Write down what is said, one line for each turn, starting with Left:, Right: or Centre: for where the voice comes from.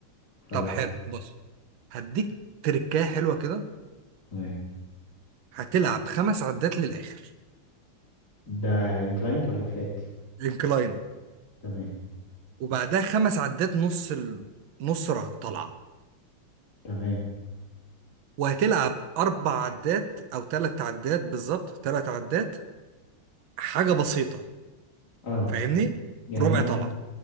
Left: ف
Right: طب حلو بص هديك تركايه حلوه كده
Left: تمام
Right: هتلعب خمس عدات للاخر
Left: ده انكلاينت ولا فلات
Right: انكلاين
Left: تمام
Right: وبعدها خمس عدات نص ال... نص ر- طلعه
Left: تمام
Right: وهتلعب اربع عدات او ثلاث عدات بالظبط ثلاث عدات حاجه بسيطه
Left: اه
Right: فاهمني
Left: يعني
Right: ربع طلعه